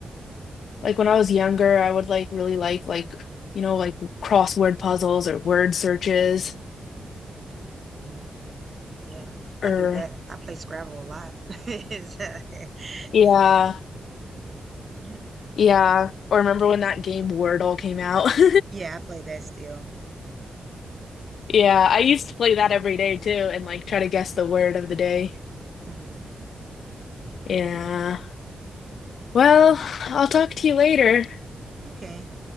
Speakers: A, on the left; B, on the right.
A: Like when I was younger, I would like really like like, you know, like crossword puzzles or word searches
B: hmm Yeah, I
A: or
B: do that. I play Scrabble a lot. <laughs> It's, uh,
A: yeah,
B: you know, yeah.
A: yeah. Or remember when that game Wordle came out? <laughs>
B: Yeah, I play that still.
A: Yeah, I used to play that every day too and like try to guess the word of the day.
B: hmm
A: Yeah. Well, I'll talk to you later.
B: okay